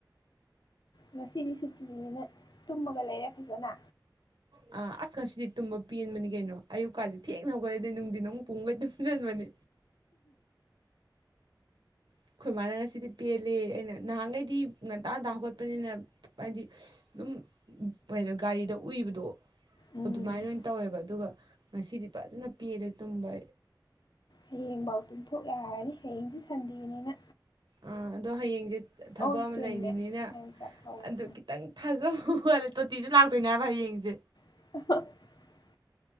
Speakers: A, on the left (about 70°); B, on the right (about 75°).
A: ꯉꯁꯤꯗꯤ ꯁꯨꯇꯤꯅꯤꯅ ꯇꯨꯝꯃꯒ ꯂꯩꯔꯦ ꯐꯖꯅ
B: ꯑ ꯑꯁ ꯉꯁꯤꯗꯤ ꯇꯨꯝꯕ ꯄꯦꯟꯕꯅꯤ ꯀꯩꯅꯣ ꯑꯌꯨꯛꯀꯥꯁꯦ ꯊꯦꯡꯅ ꯍꯧꯒꯠꯂꯦꯗꯩ ꯅꯨꯡꯗꯤꯟ ꯑꯃꯨꯛ ꯄꯨꯡꯈꯩ ꯇꯨꯝꯁꯤꯟꯕꯅꯦ ꯑꯩꯈꯣꯏ ꯃꯥꯅ ꯉꯁꯤꯗꯤ ꯄꯦꯜꯂꯦ ꯑꯩꯅ ꯅꯍꯥꯟꯈꯩꯗꯤ ꯉꯟꯇꯥ ꯉꯟꯇꯥ ꯍꯧꯒꯣꯠꯄꯅꯤꯅ ꯍꯥꯏꯗꯤ ꯑꯗꯨꯝ ꯀꯩꯅꯣ ꯒꯥꯔꯤꯗ ꯎꯏꯕꯗꯣ
A: ꯎꯝ
B: ꯑꯗꯨꯃꯥꯏꯅ ꯑꯣꯏꯅ ꯇꯧꯋꯦꯕ ꯑꯗꯨꯒ ꯉꯁꯤꯗꯤ ꯐꯖꯅ ꯄꯦꯜꯂꯦ ꯑꯩ ꯇꯨꯝꯕ
A: ꯍꯌꯦꯡꯐꯥꯎ ꯇꯨꯝꯊꯣꯛ ꯌꯥꯔꯅꯤ ꯍꯌꯦꯡꯗꯤ ꯁꯟꯗꯦꯅꯤꯅ
B: ꯑꯥ ꯑꯗꯣ ꯍꯌꯦꯡꯁꯦ ꯊꯕꯛ
A: ꯑꯣ
B: ꯑꯃ
A: ꯆꯨꯝꯃꯦ
B: ꯂꯩꯔꯤꯕꯅꯤꯅ
A: ꯅꯪ ꯆꯥꯛ ꯀꯧꯔꯛ
B: ꯑꯗꯨ ꯈꯤꯇꯪ ꯊꯥꯖꯕ ꯋꯥꯠꯂꯦ ꯇꯣꯇꯤꯁꯨ ꯂꯥꯛꯇꯣꯏꯅꯦꯕ ꯍꯌꯦꯡꯁꯦ
A: <inaudible>